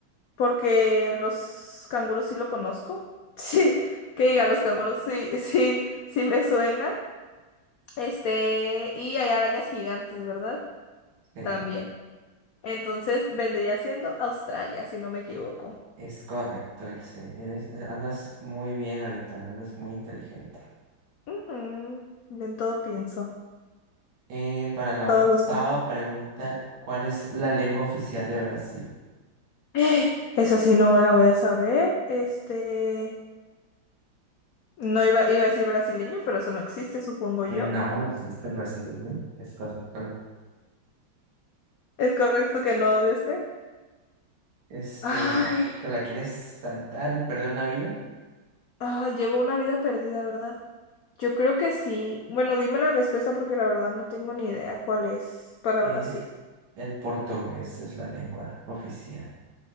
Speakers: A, on the left; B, on the right.
A: porque los canguros sí lo conozco. <laughs> Sí, que diga, los canguros sí, sí, sí me suena. Este, y hay arañas gigantes, ¿verdad?
B: Sí.
A: También. Entonces vendría siendo Australia, si no me equivoco.
B: Es correcto, Ilse. Eres, eh, andas muy bien ahorita, andas muy inteligente.
A: Ujú, Yo en todo pienso,
B: Eh, para la octava
A: todo lo sé. <gasps>
B: pregunta, ¿cuál es la lengua oficial de Brasil?
A: Eh, esa sí no la voy a saber. Este, no iba, iba a decir brasileño, pero eso no existe, supongo
B: No,
A: yo.
B: la pues, es el brasileño. Es correcto. lo-
A: Es correcto que no de este.
B: Este,
A: Ay,
B: ¿te la quieres saltar y perder una vida?
A: ay, llevo una vida perdida, ¿verdad? Yo creo que sí. Bueno, dime la respuesta porque la verdad no tengo ni idea cuál es para
B: Es
A: Brasil.
B: el portugués, es la lengua oficial.